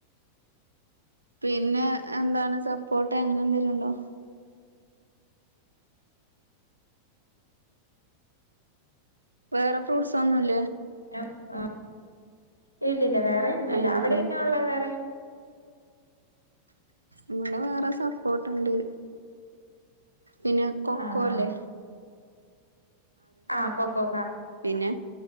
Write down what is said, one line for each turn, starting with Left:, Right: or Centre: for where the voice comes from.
Right: പിന്നെ എന്താണ് സപ്പോർട്ട അങ്ങനെന്തേലും ഉണ്ടോ വേറെ ഫ്രൂട്ട്സ് ഒന്നും ഇല്ലേ
Left: ആ ആ ഇല്ലില്ല വേറെ ഒന്നുല്ല
Right: ആഹ്
Left: അവിടെന്നാ
Right: ആഹ്
Left: ഒള്ളെ വേറെ
Right: ഇവിടെ വേറെ സപ്പോർട്ടിണ്ട് പിന്നെ കൊക്കോ
Left: ആഹാ
Right: അല്ലേ
Left: ആഹ് കൊക്കക്ക
Right: പിന്നെ